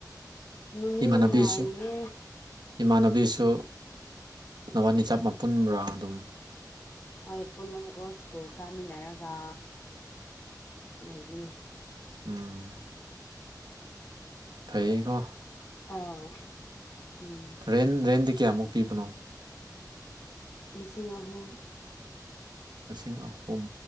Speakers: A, on the left; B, on the right.
A: ꯅꯨꯡꯗꯤ
B: ꯏꯃꯥꯟꯅꯕꯤꯁꯨ
A: ꯅꯨꯡꯉꯥꯏꯔꯤꯌꯦ
B: ꯏꯃꯥꯟꯅꯕꯤꯁꯨ
A: ꯍꯧꯖꯤꯛꯇꯤ
B: ꯅꯄꯥꯅꯤ ꯆꯥꯃꯄꯨꯟꯕꯥꯔ ꯑꯗꯨꯝ
A: ꯍꯣꯏ ꯄꯨꯜꯂꯒꯀꯣ ꯁ꯭ꯀꯨꯜ ꯀꯥꯃꯤꯟꯅꯔꯒ ꯂꯩꯕꯅꯦ
B: ꯎꯝ ꯐꯩꯀꯣ
A: ꯑꯥ ꯎꯝ
B: ꯔꯦꯟ ꯔꯦꯟꯗꯤ ꯀꯌꯥꯃꯨꯛ ꯄꯤꯕꯅꯣ
A: ꯂꯤꯁꯤꯡ ꯑꯍꯨꯝ
B: ꯂꯤꯁꯤꯡ ꯑꯍꯨꯝ